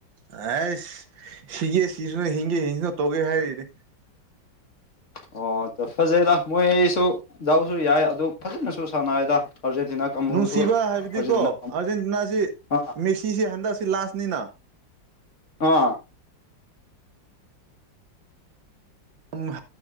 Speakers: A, on the right; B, on the left.
A: ꯑꯩꯁ ꯁꯤꯒꯦ ꯁꯤꯁꯤꯅꯣ ꯍꯤꯡꯒꯦ ꯍꯤꯡꯁꯨꯅꯣ ꯇꯧꯒꯦ ꯍꯥꯏꯔꯤꯗꯤ
B: ꯑ <inaudible> ꯑꯣ ꯐꯖꯩꯗ ꯃꯣꯏꯁꯨ ꯗꯥꯎꯁꯨ ꯌꯥꯏ ꯑꯗꯨ ꯐꯖꯅꯁꯨ ꯁꯥꯟꯅꯩꯗ ꯑꯥꯔꯖꯦꯟꯇꯤꯅꯥ ꯀꯥꯡꯕꯨꯁꯨ
A: ꯅꯨꯡꯁꯤꯕ
B: ꯑꯥꯔꯖꯦꯟꯇꯤꯅꯥ
A: ꯍꯥꯏꯕꯗꯤꯀꯣ ꯑꯥꯔꯖꯦꯟꯇꯤꯅꯥꯁꯤ
B: ꯑꯥ
A: ꯃꯦꯁꯤꯁꯤ ꯍꯟꯗꯛꯁꯤ ꯂꯥꯁꯅꯤꯅ
B: ꯑꯥ
A: ꯑꯍ